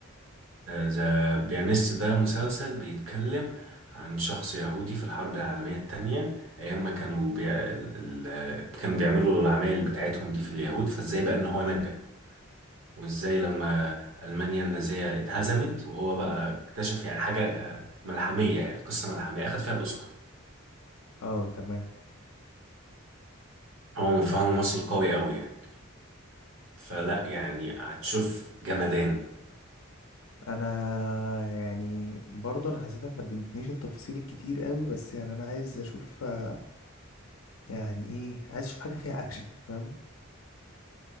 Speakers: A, on the right (about 70°); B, on the left (about 85°).
A: ذا بيانيست ده مسلسل بيتكلم عن شخص يهودي في الحرب العالمية التانية أيام ما كانوا بي... ال... ال- كانوا بيعملوا العمايل بتاعتهم دي في اليهود فازاي بقى إن هو نجا وازاي لما ألمانيا النازية انهزمت وهو بقى اكتشف يعني حاجة آه، ملحمية يعني قصة ملحمية أخد فيها الأوسكار
B: اه تمام
A: هو فهو ممثل قوي قوي يعني فلا يعني هتشوف جمدان
B: انا يعني برضه انا حسيتك ما اديتنيش التفاصيل الكتير قوي بس يعني انا عايز اشوف آه، يعني ايه عايز اشوف حاجه فيها اكشن فاهم